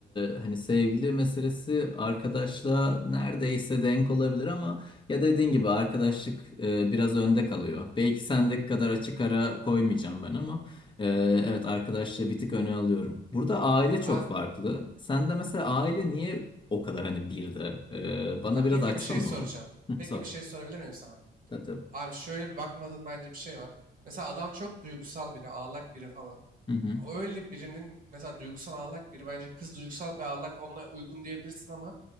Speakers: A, on the left; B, on the right.
A: e, hani sevgili meselesi arkadaşla neredeyse denk olabilir ama ya dediğin gibi arkadaşlık e, biraz önde kalıyor. Belki sendeki kadar açık ara koymayacağım ben ama. Ee, evet arkadaşlığı bir tık öne alıyorum. Burada aile çok
B: Abi.
A: farklı. Sen de mesela aile niye o kadar hani bir de? Ee, bana
B: Ha,
A: biraz
B: peki
A: açsana
B: bir şey soracağım.
A: onu. Hı,
B: Peki
A: sor.
B: bir şey sorabilir miyim sana?
A: Tabii tabii.
B: Abi şöyle bir bakmadığım bence bir şey var. Mesela adam çok duygusal biri, ağlak biri falan.
A: Hı hı.
B: Öyle birinin mesela duygusal ağlak biri bence kız duygusal bir ağlak onunla uygun diyebilirsin ama